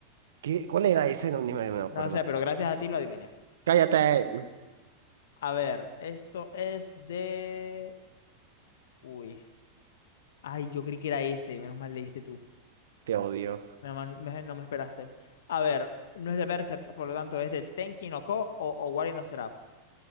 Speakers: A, on the right (about 60°); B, on the left (about 60°).
A: ¿qué? ¿Cuál era ese? No, ni me, no me acuerdo.
B: No sé, pero gracias a ti lo adiviné.
A: Cállate.
B: A ver, esto es de... Uy. Ay, yo creí que era ese, menos mal leíste tú.
A: Te odio.
B: No man- me, no me esperaste. A ver, no es de Berserk, por lo tanto es de Tenki no Ko o, o Wari no Seraph.